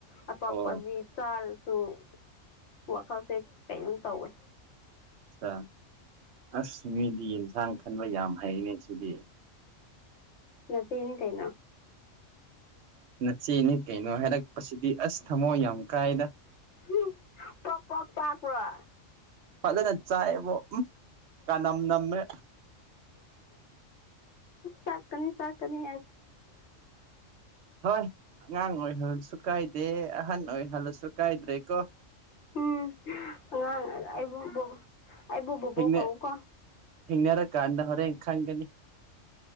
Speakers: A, on the left; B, on the right.
A: ꯑ ꯄꯥꯞꯄꯗꯤ
B: ꯑꯣ
A: ꯆꯔꯁꯨꯨ ꯋꯥꯈꯜꯁꯦ ꯀꯩꯅꯣꯝ ꯇꯧꯋꯦ
B: ꯑ ꯑꯁ ꯃꯤꯗꯤ ꯌꯦꯟꯁꯥꯡ ꯈꯟꯕ ꯌꯥꯝ ꯍꯩꯅꯦ ꯁꯤꯗꯤ
A: ꯅꯆꯅꯤ ꯀꯥꯏꯅꯣ
B: ꯅꯆꯦꯅꯦ ꯀꯩꯅꯣ ꯍꯥꯏꯔꯛꯄꯁꯤꯗꯤ ꯑꯁ ꯊꯝꯃꯣ ꯌꯥꯝ ꯀꯥꯏꯗ
A: ꯎ ꯄ꯭ꯔꯣꯛ ꯄ꯭ꯔꯣꯛ ꯄ꯭ꯔꯥꯛ ꯄ꯭ꯔ
B: ꯐꯖꯅ ꯆꯥꯏꯑꯕꯣ ꯀꯅꯝ ꯅꯝꯃꯦ
A: ꯁꯀꯅꯤ ꯁꯀꯅꯤ
B: ꯍꯣꯏ ꯑꯉꯥꯡ ꯑꯣꯏꯍꯜꯂꯁꯨ ꯀꯥꯏꯗꯦ ꯑꯍꯟ ꯑꯣꯏꯍꯜꯂꯁꯨ ꯀꯥꯏꯗ꯭ꯔꯦ ꯀꯣ
A: ꯎꯝ ꯑꯉꯥꯡ ꯑꯩꯕꯨꯕ ꯑꯩꯕꯨ ꯕꯣꯕꯣꯛ
B: ꯊꯦꯡꯅ
A: ꯀꯧꯎꯀꯣ
B: ꯊꯦꯡꯅꯔꯀꯥꯟꯗ ꯍꯣꯔꯦꯟ ꯈꯪꯒꯅꯤ